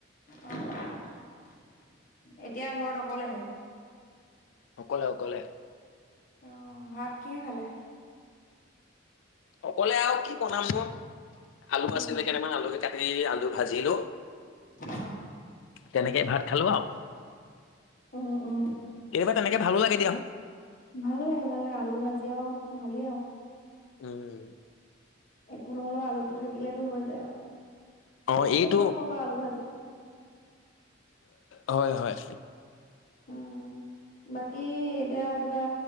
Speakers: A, on the left (about 40°); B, on the left (about 70°).
A: অঁ এতিয়া ঘৰত অকলেহে।
B: অকলে, অকলে।
A: অ ভাত কিহে খালে?
B: অকলে আৰু কি বনাম নো আলু
A: উম
B: আছিলে কেইটামান আলুকে কাটি আলু ভাজিলো।
A: অ
B: তেনেকেই ভাত খালো আৰু।
A: উম, উম।
B: কেতিয়াবা তেনেকে ভালো লাগে দিয়াচোন।
A: ভাল লাগে, ভাল লাগে, আলু ভাজি আৰু ভালেই আৰু।
B: উম,
A: একো নহলেও আলুটো থাকিলে হৈ যায় আৰু
B: অ
A: মইও
B: এইটো
A: ভাল পাওঁ বাৰু আলু ভাজি।
B: হয়, হয়।
A: উ বাকী এতিয়া কিবা